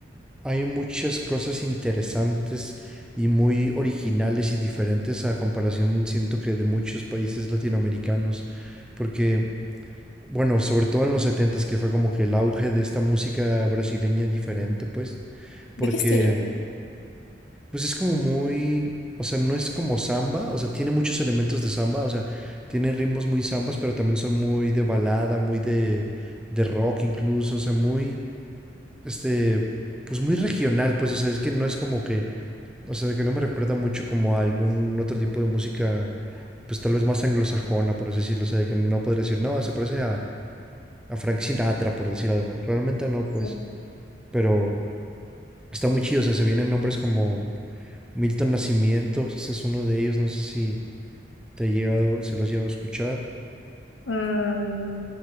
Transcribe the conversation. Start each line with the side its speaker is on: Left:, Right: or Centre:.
Centre: Hay muchas cosas interesantes y muy originales y diferentes a comparación, siento que de muchos países latinoamericanos, porque, bueno, sobre todo en los setentas que fue como que el auge de esta música brasileña diferente, pues,
Left: ¿De
Centre: porque,
Left: qué estilo?
Centre: pues es como muy, o sea, no es como samba, o sea, tiene muchos elementos de samba, o sea, tiene ritmos muy zambas, pero también son muy de balada, muy de, de rock incluso, o sea, muy, este, pues muy regional, pues, o sea, es que no es como que o sea, de que no me recuerda mucho como a algún otro tipo de música, pues tal vez más anglosajona, por así decirlo. O sea, de que no podría decir, no, se parece a, a Frank Sinatra, por decir algo. Realmente no, pues.
Left: Ya.
Centre: Pero está muy chido. O sea, se vienen nombres como Milton Nacimiento, ese es uno de ellos. No sé si te he llegado, si lo has llegado a escuchar.
Left: Mm,